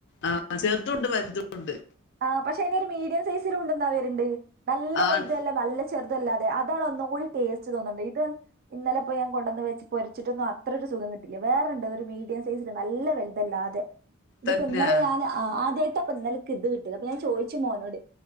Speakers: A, on the left (about 55°); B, on the right (about 45°).
A: ആഹ് ചെറുതുണ്ട് വലുതുണ്ട്
B: ആ പക്ഷെ അയിന്റെയൊരു മീഡിയം സൈസ് ഇത്തിരി <unintelligible> വര്ണ്ട് നല്ല
A: ആഹ്
B: വലുതുവല്ലാ നല്ല ചെർ തല്ലാതെ അതാണ് ഒന്നും കൂടി ടേസ്റ്റ് തോന്ന്ണ്ട് ഇതൻ ഇന്നലെ പ്പോ യാൻ കൊണ്ടന്ന് വെച്ച് പൊരിച്ച്ട്ടൊന്നു അത്രൊരു സുഖം കിട്ടീല വേറണ്ട് ഒരു മീഡിയം സൈസി നല്ല വെൽ തല്ലാതെ ഇതിപ്പോ
A: തന്നെയാ
B: ഇന്നലെ ഞാൻ ആ ആദ്യായിട്ടായിപ്പൊ ഇന്നലക്ക് ഇത് കിട്ടിയത് അപ്പൊ ഞാൻ ചോയ്ച്ചു മോനോട്